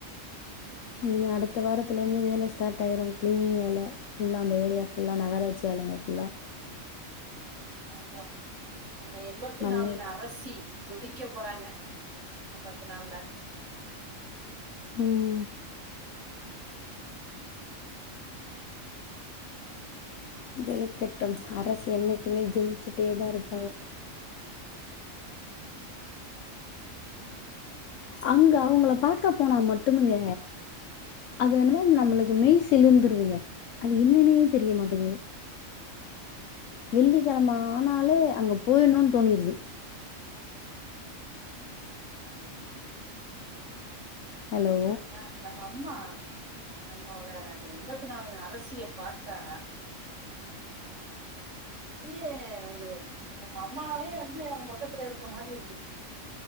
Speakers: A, on the left (about 70°); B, on the right (about 65°).
A: இனி அடுத்த வாரத்ல இருந்து வேல ஸ்டார்ட் ஆயிரு கிளீனிங் வேல ஃபுல்லா அந்த ஏரியா ஃபுல்லா நகராட்சி ஆளுங்க ஃபுல்லா
B: நாங்க நாங்க எம்பத்தி
A: மண்ணு
B: நாலுங்க
A: வெட்ட
B: அரசி ஜொலிக்க போறாங்க இன்ன பத்து நாள்ல
A: ம்
B: ம்
A: ஜொலிக்கட்டும் அரசி என்னைக்குமே ஜொலிச்சுட்டே தா இருப்பாக அங்க அவுங்கள பாக்க போனா மட்டுமுங்க அது என்னமோ நம்மளுக்கு மெய் சிலிர்ந்துருதுங்க அது என்னனே தெரியமாட்டேங்கிது வெள்ளிக்கெழம ஆனாலே அங்க போயிருனுன்னு தோனிருது ஹலோ!
B: அதா அதா அதா நம்மா நம்மளோட இந்த எம்பத்தி நாலுங்க அரசிய பாத்துட்டா அப்டியே ஒரு நம்ம அம்மாவே வந்து நம்ம பக்கத்ல இருக்க மாதி இருக்கு